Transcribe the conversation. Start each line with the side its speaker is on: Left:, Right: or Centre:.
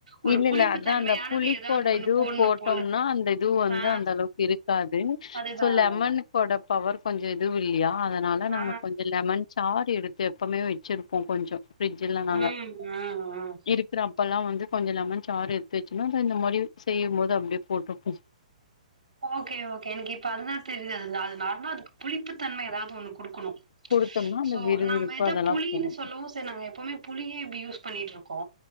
Right: ஒரு
Left: இல்ல
Right: புளிப்பு
Left: இல்ல அதா
Right: தன்மையானது
Left: அந்த புளிப்போட
Right: ஏதாவது ஒண்ணு
Left: இதுவு
Right: போடணு
Left: போட்டோம்னா
Right: போல
Left: அந்த இது வந்து
Right: ஆ
Left: அந்த அளவுக் இருக்கா அதயு
Right: அதுதா
Left: சொல்
Right: அதுதா
Left: லெமன்னு போட பவர் கொஞ்ச இதுவு இல்லையா அதனால
Right: ஆ
Left: நாங்க கொஞ்ச லெமன் சார் எடுத் து எப்பமே வச்சிருப்போ கொஞ்ச பிரிட்ஜுலா நாங்க
Right: ம் ம் ம்
Left: இருக்கிறப்பலா வந் கொஞ்ச லெமன் சாறு எட்த்து வச்சம்னா அத இந்த மாரி செய்யும்போது அப்டியே போட்டுப் பூஸ்
Right: ஓகே ஓகே எனக்கு இப்ப அதுதா தெரிறதில்ல அது நார்மலா அதுக்கு புளிப்பு தன்மை எதாவ்து ஒன்னு குடுக்கணு
Left: குடுத்தோம்னா அந்த
Right: சோ
Left: விறுவிறுப்பு
Right: நம்ம எதோ
Left: அதெல்லா
Right: புளினு
Left: போகு
Right: சொல்லவு செரி நாங்க எப்போமே புளியே இப்டி யூஸ் பண்ணிட்ருக்கோ